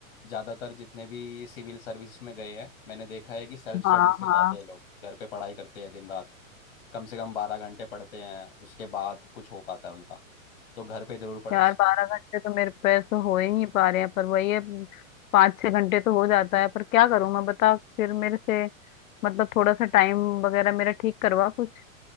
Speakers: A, on the left; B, on the left.
A: ज़्यादातर जितने भी सिविल सर्विस में गए हैं मैंने देखा है कि सेल्फ स्टडी
B: हाँ
A: से
B: हाँ
A: जाते हैं लोग घर पे पढ़ाई करते हैं दिन रात कम से कम बारह घंटे पढ़ते हैं उसके बाद कुछ हो पाता है उनका तो घर पे जरूर पढ़
B: यार बारह घंटे तो मेरे पैर तो हो ही नहीं पा रहे हैं पर वही है पाँच छह घंटे तो हो जाता है पर क्या करूं मैं बता फिर मेरे से मतलब थोड़ा सा टाइम वगैरह मेरा ठीक करवा कुछ